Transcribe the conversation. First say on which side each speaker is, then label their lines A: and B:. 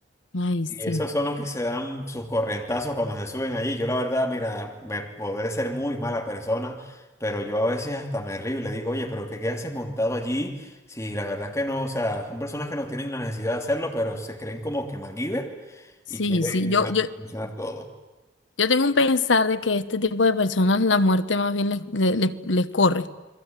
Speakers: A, on the left; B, on the left.
A: Ay,
B: Y
A: sí,
B: esos son los que se dan sus corrientazos cuando se suben allí. Yo la verdad, mira, me podré ser muy mala persona, pero yo a veces hasta me río y le digo, oye, pero ¿qué, qué haces montado allí? Si la verdad es que no, o sea, son personas que no tienen la necesidad de hacerlo, pero se creen como que MacGyver
A: sí,
B: y quieren
A: sí, yo,
B: ah,
A: yo.
B: solucionar todo.
A: Yo tengo un pensar de que este tipo de personas la muerte más bien les, le- le- les corre,